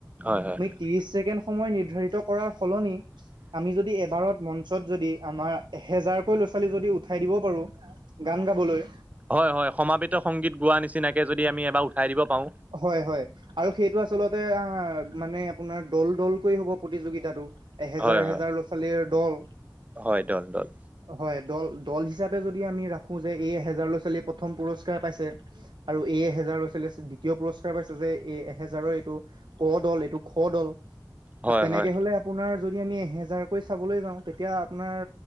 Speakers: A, on the right; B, on the right.
A: হয় হয়
B: ত্ৰিশ ছেকেণ্ড সময় ধাৰিত কৰাৰ সলনি আমি যদি এবাৰত মঞ্চত যদি আমাৰ এহেজাৰকৈ লৰা' ছোৱালী যদি উঠাই দিব পাৰোঁ গান গাবলৈ।
A: হয় হয় সমাবেত সংগীত গোৱা নিচিনাকে যদি আমি এবাৰ উঠাই দিব পাৰো
B: হয় হয় আৰু সেইটো আচলতে মানে আপোনাৰ দল দলকৈ হ'ব প্ৰতিযোগিতাটো এহেজাৰ
A: হয়
B: এহেজাৰ
A: হয়
B: ল'ৰা ছোৱালীৰ দল
A: হয় দল দল
B: হয় দল দল হিচাপে যদি আমি ৰাখো যে এই এহেজাৰ ল'ৰা ছোৱালীয়ে প্ৰথম পুৰস্কাৰ পাইছে আৰু এই এহেজ এজাৰ লৈছিলে দ্বিতীয় পুৰস্কাৰ পাইছে যে এ এহেজাৰৰ এইটো ক দল এইটো খ দল
A: হয়
B: তেনেকে
A: হয়
B: হলে আপোনাৰ যদি আমি এহেজাৰকৈ চাবলৈ যাওঁ। তেতিয়া আপোনাৰ